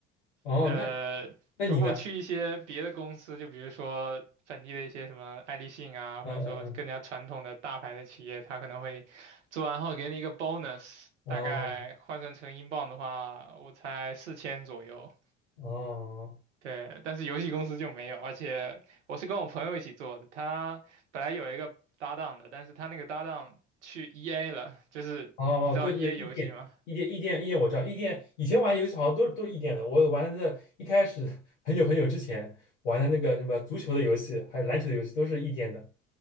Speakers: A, on the left (about 70°); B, on the right (about 75°).
A: 哦，
B: 呃，
A: 那那你呢？
B: 如果去一些别的公司，就比如说本地的一些什么爱立信啊，
A: 嗯嗯嗯，
B: 或者说更加传统的大牌的企业，它可能会做完后给你一个 bonus，
A: 哦
B: 大概换算成英镑的话，我猜四千左右。
A: 哦。哦
B: 对，但是游戏公司就没有，而且我是跟我朋友一起做的，他本来有一个搭档的，但是他那个搭档去 EA 了，就是你知道
A: 哦哦，对对对，
B: EA
A: 异电，
B: 游戏吗？
A: 异电，异电，异电，我知道，异电。以前玩游戏好像都是都是异电的。我玩的一开始很久很久之前玩的那个什么足球的游戏，还有篮球的游戏，都是异电的。